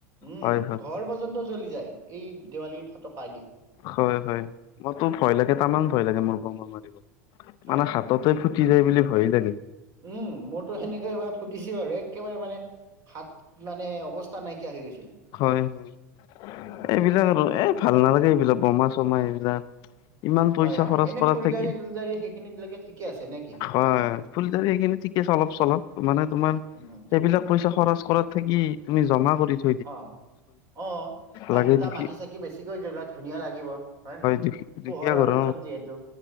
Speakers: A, on the right; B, on the left.
A: উম,
B: হয় হয়
A: ঘৰ পৰ্যন্ত জ্বলি যায় এই দেৱালীৰ ফটকাদি।
B: হয় হয় মইতো ভয় লাগে তামান ভয় লাগে মোৰ বমা মাৰিব
A: হয়
B: মানে
A: হয়
B: হাতত! তই ফুটি যায় বুলি ভয়ে লাগে।
A: উম, মোৰতো সেনেকে এবাৰ ফুটিছে বাৰু একেবাৰে মানে। হাত মানে অৱস্থা নাইকিয়া হৈ গৈছিল।
B: হয় হয়,
A: উম
B: এইবিলাক আৰু এ ভাল নালাগে এইবিলাক বোমা চমা এইবিলাক। ইমান পইচা
A: হয়, হয়,
B: খৰচ
A: এনে
B: কৰাত
A: ফুলজাৰি
B: থাকি
A: চুলজাৰি সেইখিনিত লৈকে ঠিকে আছে নেকি?
B: হয় ফুলি সেইখিনি ঠিকে অলপ চলপ। মানে তোমাৰ
A: উম
B: সেইবিলাক পইচা খৰচ কৰাত থাকি তুমি জমা কৰি থ।
A: অ' অ', বা
B: লাগে
A: দুটা
B: দুখী
A: মাটি চাকি বেছিকৈ জ্বলোৱা ধুনীয়া লাগিব হয় নে নাই।
B: দুখী দুখীয়া
A: পোহৰৰ
B: ঘৰৰ
A: উৎসৱ যিহেতু।